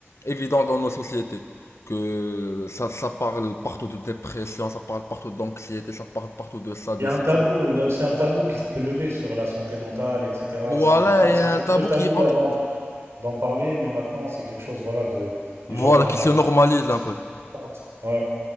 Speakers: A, on the left (about 85°); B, on the right (about 75°).
A: évident dans nos sociétés que ça, ça parle partout de dépression, ça parle partout d'anxiété, ça parle partout de ça, de
B: Il y a
A: ci,
B: un tabou,
A: tu vois.
B: il y a aussi un tabou qui s'est levé sur la santé mentale, etc.
A: Voilà,
B: C'était pas,
A: et
B: c'était
A: un
B: un
A: tabou
B: peu tabou
A: qui entre,
B: avant. d'en parler, mais maintenant, c'est quelque chose, voilà, de... Les
A: voilà,
B: gens en parlent
A: qui
B: beaucoup
A: se normalise
B: plus. ils
A: un
B: sont
A: peu.
B: contents. Ouais.